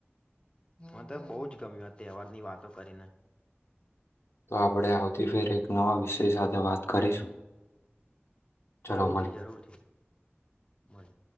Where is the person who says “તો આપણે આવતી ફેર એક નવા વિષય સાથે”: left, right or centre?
Left